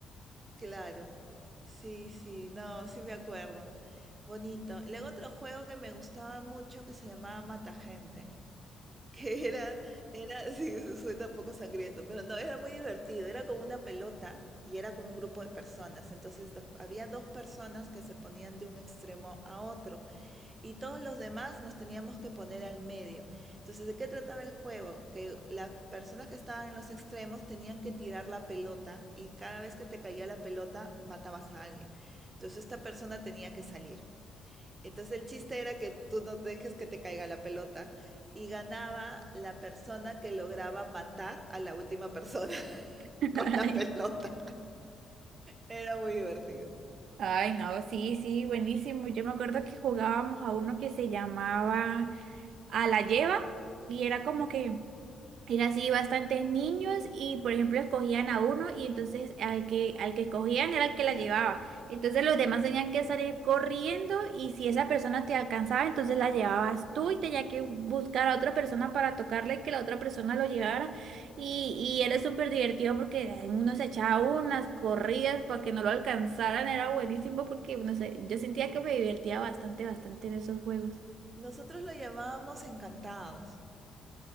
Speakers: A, on the right (about 30°); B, on the right (about 70°).
A: Claro, sí, sí, no, sí me acuerdo. Bonito. Luego otro juego que me gustaba mucho que se llamaba Mata Gente, <laughs> que era, era, <laughs> sí, eso suena un poco sangriento, pero no, era muy divertido. Era como una pelota y era como un grupo de personas. Entonces los- había dos personas que se ponían de un extremo a otro. Y todos los demás nos teníamos que poner al medio. Entonces, ¿de qué trataba el juego? Que las personas que estaban en los extremos tenían que tirar la pelota y cada vez que te caía la pelota matabas a alguien. Entonces, esta persona tenía que salir. Entonces, el chiste era que tú no dejes que te caiga la pelota y ganaba la persona que lograba matar a la última persona <laughs>
B: <laughs>
A: con la pelota. Era muy divertido.
B: Ay, no, sí, sí, buenísimo. Yo me acuerdo que jugábamos a uno que se llamaba A la lleva y era como que era así bastantes niños y por ejemplo escogían a uno y entonces al que, al que escogían era el que la llevaba. Entonces los demás tenían que salir corriendo y si esa persona te alcanzaba, entonces la llevabas tú y tenía que buscar a otra persona para tocarle que la otra persona lo llevara. Y, y era súper divertido porque uno se echaba unas corridas para que no lo alcanzaran. Era buenísimo porque no sé, yo sentía que me divertía bastante, bastante en esos juegos.
A: Nosotros lo llamábamos encantados.